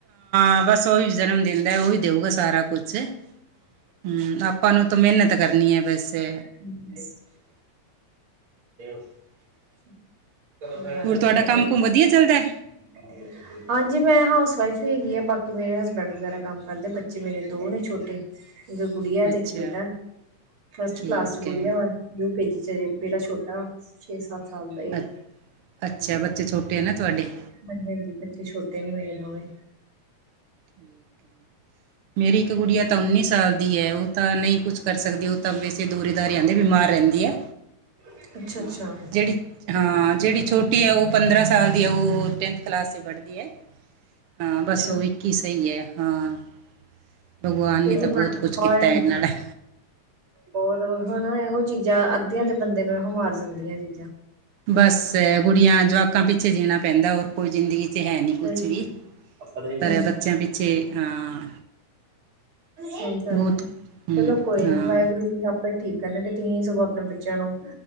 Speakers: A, on the right; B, on the right.
A: ਹਾਂ ਬਸ ਓਈ ਜਨਮ ਦੇੰਦਾ ਓਹੀ ਦੇਊਗਾ ਸਾਰਾ ਕੁਛ। ਹੂੰ ਆਪਾਂ ਨੂੰ ਤਾਂ ਮ੍ਹੇਨਤ ਕਰਨੀ ਐ ਵੈਸੇ।
B: <inaudible> <unintelligible>
A: ਹੋਰ ਤੁਆਡਾ
B: ਚਲੋ
A: ਕੰਮ ਕੁਮ ਵਦੀਆ ਚੱਲਦਾ।
B: <inaudible> ਹਾਂਜੀ ਮੈਂ ਹਾਊਸ ਵਾਈਫ ਹੈਗੀ ਆ ਬਾਕੀ ਮੇਰੇ ਹਸਬੈਂਡ ਵਗੈਰਾ ਕੰਮ ਕਰਦੇ ਬੱਚੇ ਮੇਰੇ ਦੋ ਨੇ ਛੋਟੇ ਇੱਕ ਗੁੜਿਆ
A: ਅੱਛਾ
B: ਤੇ ਇੱਕ ਬੇਟਾ ਫਸਟ
A: ਠੀਕ
B: ਕਲਾਸ ਚ ਗੁੜਿਆ
A: ਹੈ
B: ਵਾ। ਊ ਕੇ ਜੀ ਚ ਅਜੇ ਬੇਟਾ ਛੋਟਾ। ਛੇ, ਸੱਤ ਸਾਲ ਦਾ ਈ ਐ।
A: ਅ ਅੱਛਾ ਬੱਚੇ ਛੋਟੇ ਹੈ ਨਾ ਤੁਹਾਡੇ
B: ਹਾਂਜੀ-ਹਾਂਜੀ ਬੱਚੇ ਛੋਟੇ ਨੀ ਮੇਰੇ ਦੋਵੇਂ।
A: ਠੀਕ ਹੈ। ਮੇਰੀ ਇੱਕ ਗੁੜੀਆ ਤਾਂ ਉੱਨੀ ਸਾਲ ਦੀ ਹੈ, ਉਹ ਤਾਂ ਨਹੀਂ ਕੁਛ ਕਰ ਸਕਦੀ, ਉਹ ਤਾਂ ਵੇਸੇ ਦੂਰੇ ਦਾਰੇ ਆਉਂਦੇ ਬਿਮਾਰ ਰਹਿੰਦੀ ਹੈ।
B: <inaudible> ਅੱਛਾ-ਅੱਛਾ,
A: ਹਾਂ
B: ਅੱਛਾ
A: ਜਿਹੜੀ ਹਾਂ, ਜਿਹੜੀ ਛੋਟੀ ਆ ਉਹ ਪੰਦਰਾਂ ਸਾਲ ਦੀ, ਉਹ ਟੈਂਥ ਕਲਾਸ ਚ ਪੜਦੀ ਹੈ। ਹਾਂ
B: ਅੱਛਾ,
A: ਬਸ ਉਹ ਇੱਕ ਹੀ ਸਹੀ ਹੈ, ਹਾਂ। ਭਗਵਾਨ ਨੇ
B: ਇਹਦੀ
A: ਤਾਂ
B: <inaudible>
A: ਬਹੁਤ ਕੁਛ ਕੀਤਾ ਇਹਨਾਂ ਨਾਲ
B: ਹੋਰ ਹੁਨ ਇਹੋ ਚੀਜ਼ਾਂ ਅੱਧੀਆਂ ਤੇ ਬੰਦੇ ਨੂੰ, ਇਹੋ ਮਾਰ ਜਾਂਦੀਆਂ ਨੇ।
A: ਬਸ ਗੁੜੀਆਂ, ਜਵਾਕਾਂ ਪਿੱਛੇ ਜੀਣਾ ਪੈਂਦਾ, ਹੋਰ ਕੋਈ ਜ਼ਿੰਦਗੀ ਛੇ ਹੈ ਨੀ ਕੁਛ
B: ਹੂੰ-ਹੂੰ
A: ਵੀ,
B: ਸਹੀ
A: ਪਰ ਬੱਚਿਆਂ ਪਿੱਛੇ ਹਾਂ।
B: ਸਹੀ ਗੱਲ
A: ਬਹੁਤ
B: ਹੈ
A: ਹੂੰ
B: ਚਲੋ ਕੋਈ
A: ਹਾਂ
B: ਨੀ, ਵਾਹਿਗੁਰੂ ਜੀ ਹ ਠੀਕ ਕਰਨਗੇ, ਤੁਸੀਂ ਸਗੋਂ ਆਪਣੇ ਬੱਚਿਆਂ ਨੂੰ